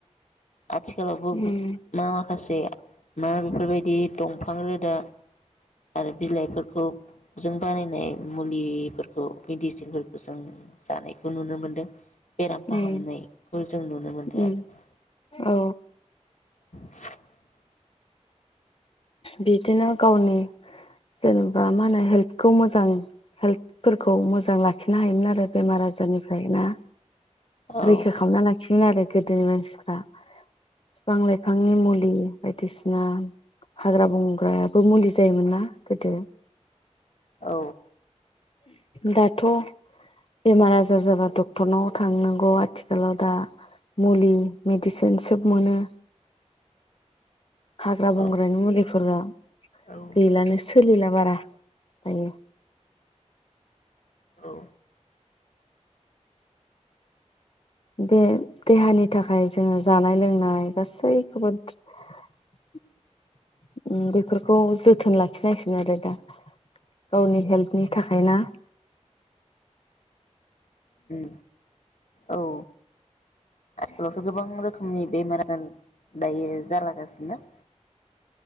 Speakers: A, on the left; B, on the left.
A: आथिखालावबो
B: उम
A: <unintelligible> मा माखासे ना बेफोरबायदि दंफां रोदा आरो बिलाइफोरखौ जों बानायनाय मुलिफोरखौ मेडिसिनफोरखो सो जों जानायखौ नुनो मोनदों बेराम फाहामनायखौ
B: उम
A: जों नुनो मोनदों
B: उम
A: आरो ना
B: औ
A: <inaudible>
B: बिदिनो गावनि जेनेबा मा होनो हेल्थखौ मोजां हेल्थफोरखौ मोजां लाखिनो हायोमोन आरो बेमार आजारनिफ्राय ना
A: औ
B: रैखा खालामना लाखियोमोन आरो गोदोनि मानसिफ्रा बिफां लाइफांनि मुलि बायदिसिना हाग्रा बंग्रायाबो मुलि जायोमोन ना गोदो
A: औ
B: दाथ' बेमार आजार जाबा डक्टरनाव थांनांगौ आथिखालाव दा मुलि मेडिसिन सोब मोनो हाग्रा
A: औ
B: बंग्रानि मुलिफोरा
A: औ
B: गैलानो सो सोलिला बारा थायो
A: औ
B: बे देहानि थाखाय जोङो जानाय -लोंनाय गासैखौबो <unintelligible> बेफोर खौ जोथोन लाखिनांसिगोन आरो दा गावनि हेल्पनि थाखायना
A: ओम औ आथिखालावथ' गोबां रोखोमनि बेमार-आजार दायो जालागासिनो